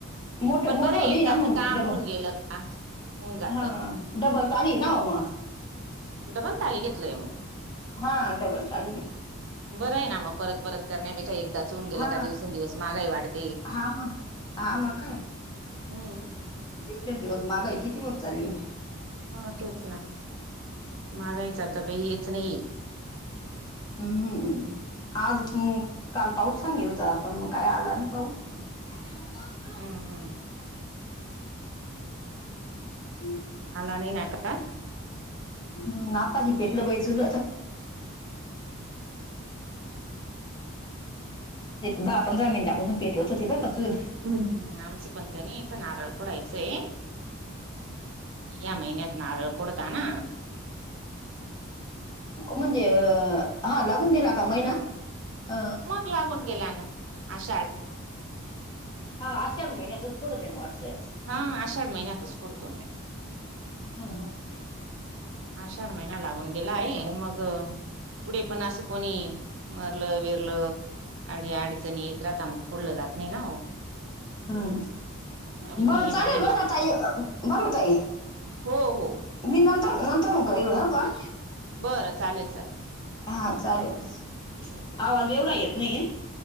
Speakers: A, on the left; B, on the right.
A: मोठ
B: पण
A: मोठं
B: बरं
A: बी
B: एकदाच
A: ना मग
B: काम
A: डबल
B: होऊन गेलं का होऊन जात
A: हा डबल ताली ना म
B: डबल ताली घेतलंय मग
A: हा डबल ताली य
B: बरं आहे ना मग परत परत करण्यापेक्षा एकदाच च होऊन गेलं
A: हा
B: का दिवसेंदिवस महागाई वाढते
A: हा मग हा मग काय
B: हम्
A: दिवसेंदिवस महागाई किती होत चालली
B: हा तेच ना मागायचंता का हेच नाही
A: हम्म्म आज काल पाऊस सांगेल होता पण मग काय आला नाही पाऊस <unintelligible>
B: हम्म हम्म
A: ह
B: अला नाही नाका
A: हम् आता ही पेटलं बाई चुल दहा पंधरा मिनिटापासून पेटवत होती बर का चूल
B: ह्म हम आमचे पंखनीथ नारळ फोडायचंय या महिन्यात नारळ फोडता ना
A: ह म्हणजे हा लागून गेला का महिना अ
B: मग लागून गेल्यान आषाढ
A: हा आषाढ महिन्यातच थोडं देण वाटतं
B: हा आषाढ महिन्यातच पुडतो
A: ह
B: आषाढ महिना लागून गेला आहे मग पुढे पण असं कोणी मरलं विरलं अडी अडचणीेत रा आता मग फडलं जात नाही ना
A: हम्
B: आणि मग
A: बर
B: हे
A: चालेल
B: माझे
A: बर
B: मिस्ट
A: काताई बरूताई
B: हो हो
A: मी नंतर नंतर करलो ह कल
B: बरं चालेल चालेल
A: हा चालेल
B: हो
A: आवाज एवढा येत नाही